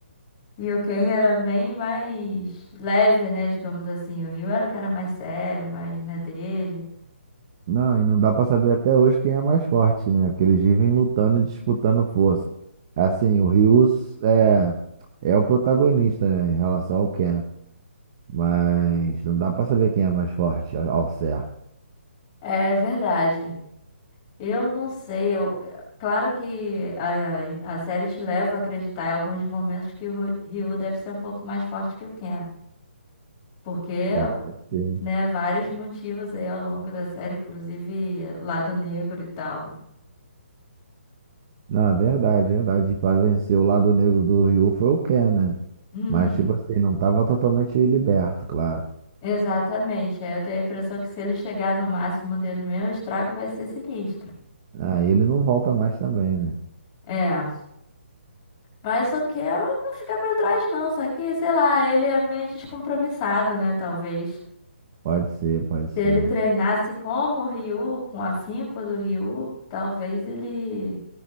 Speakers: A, on the left; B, on the right.
A: E o Ken era bem mais leve, né? Digamos assim. O Rio era o cara mais sério, mais na dele.
B: Não, e não dá pra saber até hoje quem é mais forte, né? Porque eles vivem lutando e disputando força. Assim, o Ryu é, é o protagonista, né, em relação ao Ken. Mas não dá pra saber quem é mais forte ao ao certo.
A: É verdade. Eu não sei. Eu... Claro que a, a série te leva a acreditar em alguns momentos que o Rio deve ser um pouco mais forte que o Ken. Porque,
B: É, pode ser.
A: né, vários motivos aí ao longo da série, inclusive lado negro e tal. né?
B: Não, é verdade, verdade. E Pra vencer o lado negro do Ryu foi o Ken, né?
A: Uhum.
B: Mas, tipo assim, não tava totalmente liberto, claro.
A: Exatamente. Aí eu tenho a impressão que se ele chegar no máximo dele mesmo, o estrago vai ser sinistro.
B: Aí ele não volta mais também, né?
A: É. Mas o que ela não fica pra trás, não. Só que, sei lá, ele é meio descompromissado, né? Talvez.
B: Pode ser, pode
A: Se
B: ser.
A: ele treinasse como o Ryu, com o afinco do Ryu, talvez ele